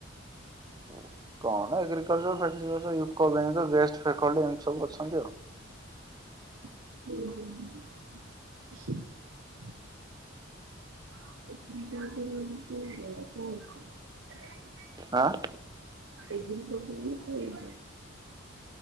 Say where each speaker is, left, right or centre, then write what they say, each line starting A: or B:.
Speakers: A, on the right (about 20°); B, on the right (about 75°).
A: <unintelligible> <unintelligible> କଣ ଏଗ୍ରିକଲଚର, ଫେଗ୍ରିକଲଚର, ୟିକୋବ୍ୟାଙ୍କ, ଗେଷ୍ଟଫେକଡି ଏମିତି ସବୁ ଅଛନ୍ତି ଆଉ। <unintelligible>
B: <unintelligible> <unintelligible> <unintelligible> <unintelligible>
A: ଆଁ <unintelligible>
B: ଏଗ୍ରିକଲଚର ମାନେ